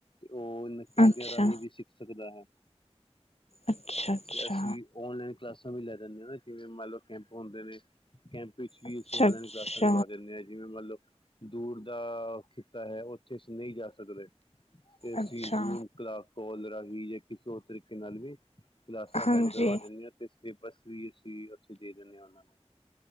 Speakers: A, on the left; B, on the left.
A: ੳਹ ਇਨ ਕੈਦਿਆ
B: ਅੱਛਾ
A: ਰਾਹੀ ਵੀ ਸਿਖ ਸਕਦਾ ਹੈ।
B: ਅੱਛਾ ਅੱਛਾ
A: ਤੇ ਅਸੀਂ ਔਨਲਾਇਨ ਕਲਾਸਾਂ ਵੀ ਲੈ ਜਾਂਦੀਆਂ ਨਾ ਜਿਵੇਂ ਮੰਨ ਲਓ ਕੈਂਪ ਹੁੰਦੇ ਨੇ, ਕੈਂਪ ਵਿੱਚ ਵੀ
B: ਅੱਛਾ
A: ਅਸੀ ਔਨਲਾਈਨ
B: ਅੱਛਾ
A: ਕਲਾਸਾਂ ਕਰਵਾ ਦਿੰਦੇ ਆਂ ਜਿਵੇਂ ਮੰਨਲਓ ਦੂਰ ਦਾ ਖਿੱਤਾ ਹੈ ਉੱਥੇ ਅਸੀ ਨਹੀਂ ਜਾ ਸਕਦੇ। ਤੇ ਅਸੀਂ
B: ਅੱਛਾ
A: ਜ਼ੂਮ ਕਲਾ ਕੋਲ ਰਾਹੀ ਵੀ ਜਾਂ ਕਿਸੇ ਹੋ ਤਰੀਕੇ ਨਾਲ ਵੀ, ਕਲਾਸਾਂ ਅਟੈਂਡ
B: ਹਾਂਜੀ
A: ਕਰਵਾ ਦਿੰਨੇ ਆਂ ਉਥੇ ਤੇ ਬੱਸ ਵੀ ਅਸੀਂ ਉੱਥੇ ਦੇ ਦਿੰਨੇ ਹਾਂ ਉਹਨਾਂ ਨੂੰ।